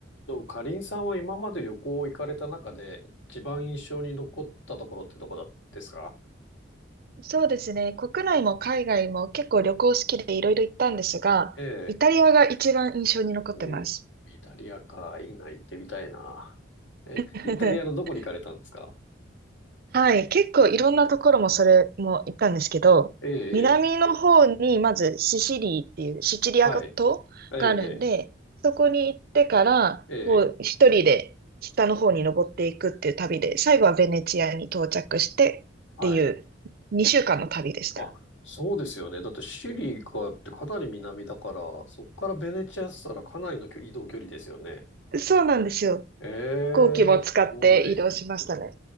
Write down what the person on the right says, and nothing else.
そうですね。国内も海外も結構旅行好きでいろいろ行ったんですが、
イタリアが一番印象に残ってます。
<laughs>
はい。結構いろんなところもそれも行ったんですけど、
南の方にまずシシリーっていうシチリア島があるんで、
そこに行ってから、
こう一人で北の方に登っていくっていう旅で、最後はベネチアに到着してっていう2週間の旅でした。
そうなんですよ。
飛行機も使って移動しましたね。